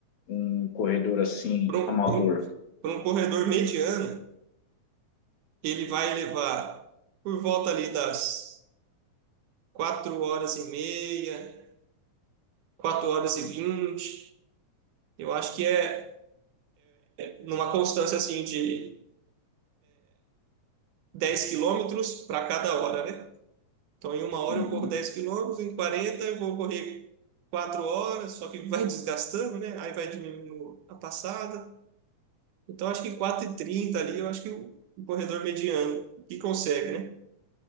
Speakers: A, on the left; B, on the right.
A: Um corredor assim,
B: Para um,
A: amador?
B: pra um, pra um corredor mediano, ele vai levar por volta ali das 4 horas e meia, 4 horas e vinte, Eu acho que é numa constância assim de 10 quilômetros para cada hora, né? Então, em uma hora
A: Uhum,
B: eu corro 10 quilômetros, em 40 eu vou correr 4 horas, só que vai <laughs> desgastando, né? Aí vai diminuindo a passada. Então, acho que quatro e trinta ali, eu acho que o corredor mediano que consegue, né?